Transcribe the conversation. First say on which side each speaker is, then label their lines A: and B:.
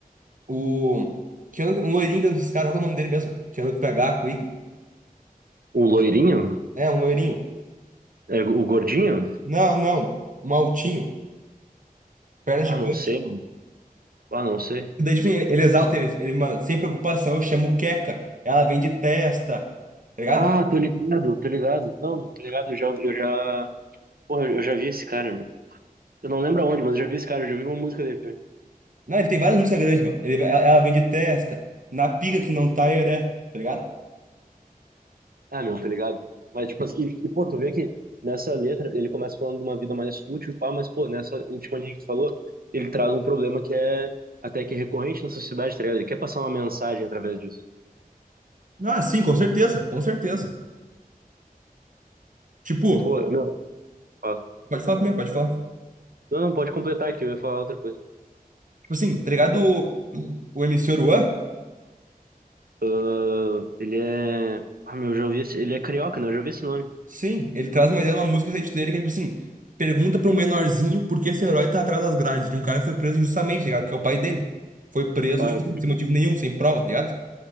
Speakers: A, on the right (about 60°); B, on the right (about 75°).
A: o- Que ano, um loirinho que esses caras, qual é o nome dele mesmo? Que ano que pegar, a Quig.
B: o loirinho?
A: É, um loirinho.
B: É, o gordinho?
A: Não, não. Um altinho. Perna
B: Ah,
A: gigante.
B: não sei. Ah, não sei.
A: E daí, tipo assim, ele, ele exalta ele, ele, mano, sem preocupação, eu chamo Queca. Ela vem de testa. Tá ligado?
B: Ah, tô ligado, tô ligado. Não, meu, tô ligado, eu já, eu já, porra, eu já vi esse cara, meu. Eu não lembro aonde, mas eu já vi esse cara, eu já vi uma música dele também.
A: Não, ele tem várias músicas grandes, meu. Ele, ela, ela vem de testa. Na pica que não tá ereta, tá ligado?
B: Ah, meu, tô ligado. Mas, tipo assim, e, e, pô, tu vê que nessa letra ele começa falando de uma vida mais fútil, e pá, mas, pô, nessa última linha que tu falou, ele traz um problema que é até que recorrente na sociedade, tá ligado? Ele quer passar uma mensagem através disso.
A: Ah, sim, com certeza, com certeza. Tipo,
B: E, pô, meu, fala.
A: pode falar primeiro, pode falar.
B: Não, não, pode completar aqui, eu ia falar outra coisa.
A: Tipo assim, tá ligado o, o M C Oruan?
B: Ah, ele é. Ah, meu, eu já ouvi esse. Ele é carioca, né? Eu já ouvi esse nome.
A: Sim, ele traz uma ideia de uma música recente dele que é tipo assim, pergunta pra um menorzinho por que esse herói tá atrás das grades de um cara que foi preso injustamente, tá ligado? Que é o pai dele. Foi preso,
B: Ah,
A: tipo, assim, sem motivo nenhum, sem prova, tá ligado?